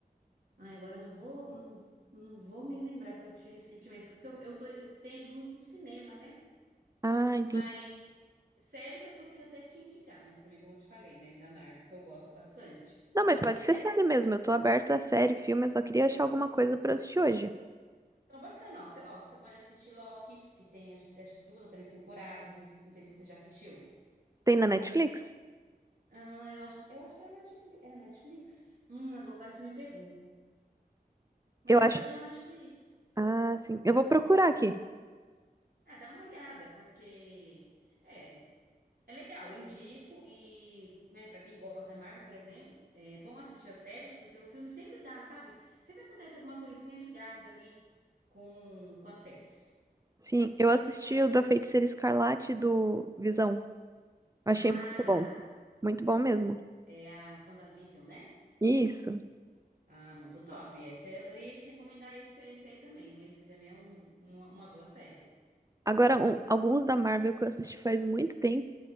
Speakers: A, on the right (about 70°); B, on the right (about 20°).
A: Ai, agora eu não vou, não, não vou me lembrar que eu assisti recentemente, porque eu, eu tô eu tenho ido no cinema, né?
B: Ah, entendi.
A: Mas séries eu consigo até te indicar, mas também, como eu te falei, né, da Marvel, que eu gosto bastante. Se
B: Não,
A: você
B: mas pode
A: quiser.
B: ser série mesmo. Eu tô aberta a série, filme, eu só queria achar alguma coisa pra assistir hoje.
A: Então, bacana, ó. Você, ó, você pode assistir Loki, que tem acho, acho que duas ou três temporadas. Não sei, se- não sei se você já assistiu.
B: Tem na Netflix?
A: Ah, eu acho, eu acho que era Netflix. Era Netflix? Hum, agora você me pegou. Mas
B: Eu acho.
A: eu acho que era Netflix.
B: Ah, sim. Eu vou procurar aqui.
A: Ah, dá uma olhada, porque é, é legal, eu indico. E, né, para quem gosta da Marvel, por exemplo, é bom assistir as séries, porque o filme sempre dá, sabe? Sempre acontece alguma coisinha ligada ali com, com as séries.
B: Sim, eu assisti o da Feiticeira Escarlate do Visão. Achei
A: Ah,
B: muito bom. Muito bom mesmo.
A: é a WandaVision, né?
B: Isso.
A: Ah, muito top. Essa eu eu ia te recomendar esse, esse aí também, mas esse também é um, uma, uma boa série.
B: Agora, um- alguns da Marvel que eu assisti faz muito tempo,